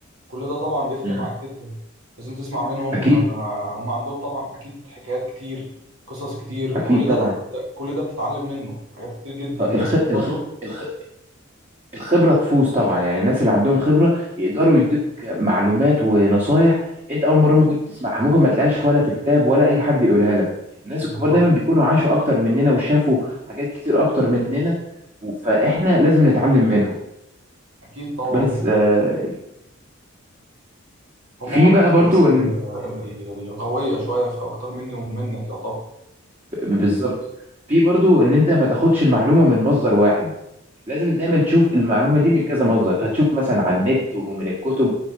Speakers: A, on the right; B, on the right.
A: كل ده طبعا بيفرق
B: مم.
A: معاك جدا لازم تسمع منهم
B: اكيد
A: آه، هم عندهم طبعا أكيد حكايات كتير قصص كتير
B: اكيد
A: كل
B: طبعا
A: ده كل ده بتتعلم منه حاجات كتير جدا
B: الخ...
A: الناس الكبار
B: الخ...
A: دول
B: الخ... الخبرة تفوز طبعا يعني الناس اللي عندهم خبرة يقدروا يدوك معلومات ونصايح انت اول مرة ممكن تسمعها ممكن ما تلاقيهاش ولا في كتاب ولا اي حد يقولها لك الناس
A: بالظبط
B: الكبار دايما بيكونوا عاشوا اكتر مننا وشافوا حاجات كتير اكتر مننا فاحنا لازم نتعلم منهم
A: أكيد طبعا
B: بس آه،
A: هم
B: في
A: برضو
B: بقى
A: من
B: برضو
A: الناس ال-
B: إن- إن-
A: ال- اللي قوية شوية في أكتر مني ومنك يعتبر
B: بالظبط في برضو ان انت ما تاخدش المعلومه من مصدر واحد لازم دايما تشوف المعلومه دي من كذا مصدر فهتشوف مثلا على النت ومن الكتب